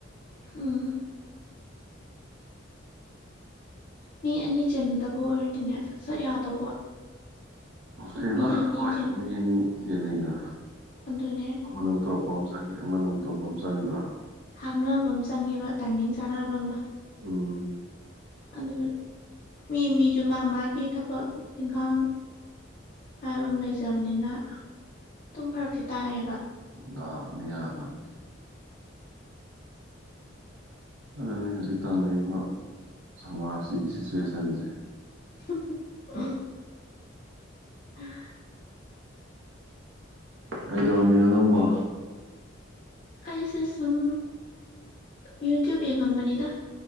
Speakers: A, on the left; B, on the right.
A: ꯎꯝ ꯃꯤ ꯑꯅꯤ ꯆꯟꯅꯗꯕ ꯑꯣꯏꯔꯗꯤꯅꯦ ꯁꯠ ꯌꯥꯗꯧꯕ
B: ꯀꯩꯕ
A: ꯃꯤ ꯑꯅꯤ
B: ꯍꯣꯏ
A: ꯆꯟ
B: ꯃꯤ ꯑꯅꯤ ꯍꯦ ꯂꯩꯗ
A: ꯑꯗꯨꯅꯦ
B: ꯑꯃꯅ ꯑꯃꯨꯛ ꯇꯧꯔꯛꯄ ꯑꯃ ꯆꯪꯉꯦ ꯑꯃꯅ ꯑꯃꯨꯛ ꯇꯧꯔꯛꯄ ꯑꯃ ꯆꯪꯕ꯭ꯔꯥ
A: ꯍꯥꯡꯅꯕ ꯑꯃ ꯆꯪꯉꯦꯕ ꯇꯥꯏꯃꯤꯡ ꯆꯥꯟꯅꯕ ꯑꯃ
B: ꯎꯝ
A: ꯑꯗꯨ ꯃꯤ ꯃꯤꯁꯨ ꯃꯥ ꯃꯥꯒꯤ ꯊꯕꯛ ꯏꯪꯈꯥꯡ ꯍꯥꯏꯕ ꯑꯃ ꯂꯩꯖꯕꯅꯤꯅ ꯑꯗꯨꯝ ꯐꯔꯛꯁꯦ ꯇꯥꯏꯌꯦꯕ
B: ꯗꯥꯐꯅꯤ ꯑꯗꯗꯤ ꯑꯗꯨꯅꯤ ꯍꯧꯖꯤꯛ ꯇꯪꯅꯔꯤꯕ ꯁꯃꯥꯖꯁꯤꯒꯤ ꯁꯤꯆꯨꯋꯦꯁꯟꯁꯦ
A: ꯑ ꯑ
B: ꯑꯩꯗꯣ ꯃꯤꯅꯣ ꯅꯪꯕꯣ
A: ꯑꯩꯁꯦ ꯁꯨꯝ ꯌꯨꯇ꯭ꯌꯨꯕ ꯌꯦꯡꯉꯝꯕꯅꯤꯗ